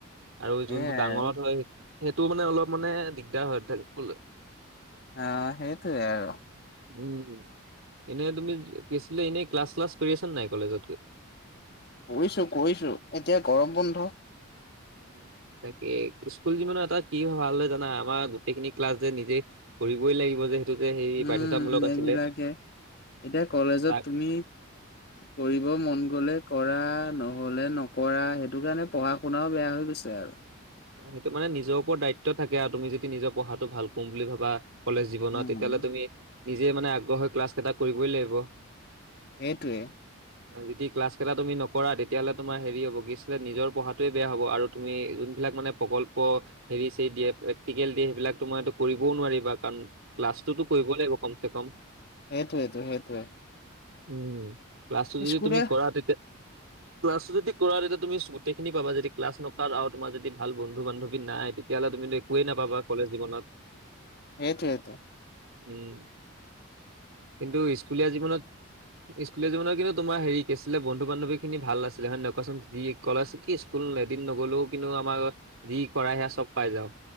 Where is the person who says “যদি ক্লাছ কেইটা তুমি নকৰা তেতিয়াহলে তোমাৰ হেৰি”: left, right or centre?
Right